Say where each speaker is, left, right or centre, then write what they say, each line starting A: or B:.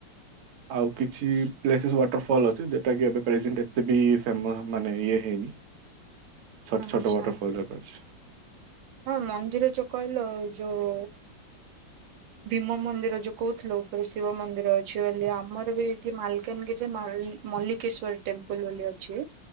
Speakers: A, on the right (about 60°); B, on the right (about 75°).
A: ଆଉ କିଛି ପ୍ଲେସେସ୍ ୱାଟରଫଲ୍ ଅଛି ଯେଉଟା କି ଏ ପ୍ରେଜେଣ୍ଟ ଏତେ ବି ଫେମ ମାନେ ଇଏ ହେଇନି। ଛୋଟ
B: ଆଚ୍ଛା
A: ଟ ଛୋଟ ୱଟଫଲ ଦେଖ ଅଛି।
B: ହଁ ମନ୍ଦିର ଚୁ କହିଲ ଯୋଉ ଭୀମ ମନ୍ଦିର ଯୋଉ କହୁଥିଲ ଉପରେ ଶିବ ମନ୍ଦିର ଅଛି ବୋଲି ଆମର ବି ଏଇଠି ମାଲକାନଗିରିରେ ଏଇ ମଲ୍ଲିକେଶ୍ର ଟେମ୍ପଲ ବୋଲି ଅଛି।